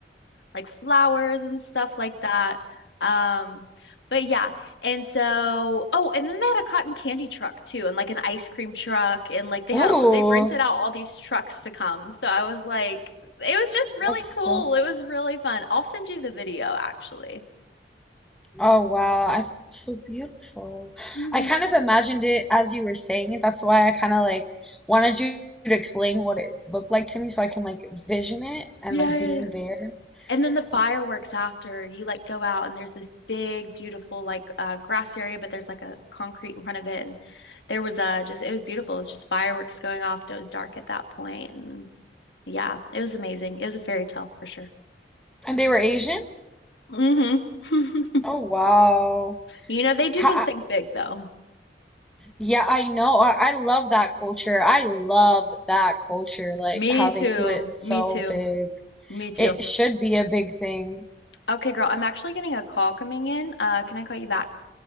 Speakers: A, on the left; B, in the centre.
A: like flowers and stuff like that. Um, but yeah, and so oh, and then they had a cotton candy truck too, and like an ice cream truck, and like they had
B: Ooh,
A: all- they rented out all these trucks to come. So I was like, it was just really
B: that's
A: cool.
B: so
A: It was really fun. I'll send you the video actually.
B: Oh wow, I think that's so beautiful.
A: Mhm.
B: I kind of imagined it as you were saying it. That's why I kind of like wanted you to explain what it looked like to me so I can like vision it and
A: Yeah,
B: like being
A: yeah, yeah.
B: there.
A: And then the fireworks
B: Oh,
A: after you like go out and there's this big, beautiful like uh, grass area, but there's like a concrete in front of it, and there was uh just it was beautiful. It was just fireworks going off, and it was dark at that point, and yeah, it was amazing. It was a fairy tale for sure.
B: And they were Asian?
A: hmm <laughs>
B: Oh wow.
A: You know they do
B: How,
A: those things big though.
B: Yeah, I know. I, I love that culture. I love that culture, like
A: Me
B: how
A: too.
B: they do it so
A: Me too.
B: big.
A: Me too.
B: It should be a big thing.
A: Okay, girl, I'm actually getting a call coming in. Uh, can I call you back?